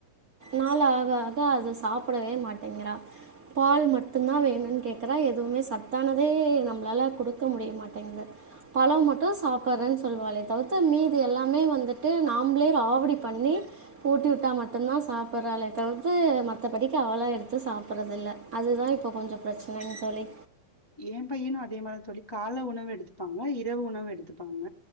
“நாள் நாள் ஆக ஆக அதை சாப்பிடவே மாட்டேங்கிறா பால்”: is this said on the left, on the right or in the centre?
Right